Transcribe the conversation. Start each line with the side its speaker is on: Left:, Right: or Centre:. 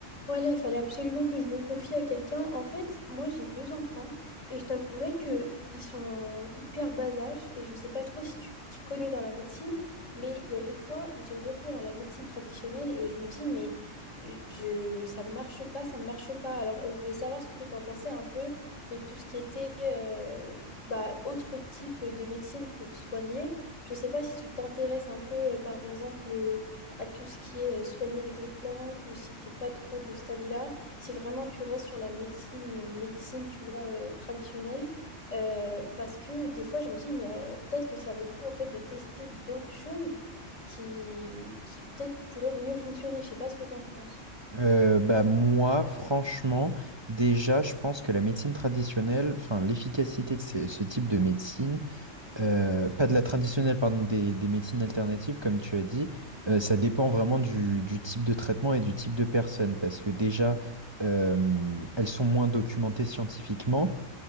Left: Ouais, là, il fallait absolument que je me confie à quelqu'un. En fait, moi, j'ai deux enfants et je t'avouerai que ils sont hyper bas âge et je sais pas trop si tu t'y connais dans la médecine, mais il y a des fois où j'ai recours à la médecine traditionnelle et je me dis, mais je, ça ne marche pas, ça ne marche pas. Alors, je voulais savoir ce que tu en pensais un peu de tout ce qui était euh, bah, autre type de médecine pour soigner. Je sais pas si tu t'intéresses un peu, euh, par exemple euh, à tout ce qui est euh, soigner avec les plantes ou si t'es pas trop de cet avis-là, si vraiment tu restes sur la médecine, euh, médecine, tu vois, euh, traditionnelle, euh, parce que des fois, je me dis, mais euh, peut-être que ça vaut le coup, en fait, de tester d'autres choses qui, qui peut-être pourraient mieux fonctionner. Je sais pas ce que t'en penses.
Right: Euh, bah moi, franchement, déjà, je pense que la médecine traditionnelle, enfin l'efficacité de ce, ce type de médecine, euh, pas de la traditionnelle, pardon, des, des médecines alternatives, comme tu as dit, euh, ça dépend vraiment du, du type de traitement et du type de personne, parce que déjà, euh, elles sont moins documentées scientifiquement.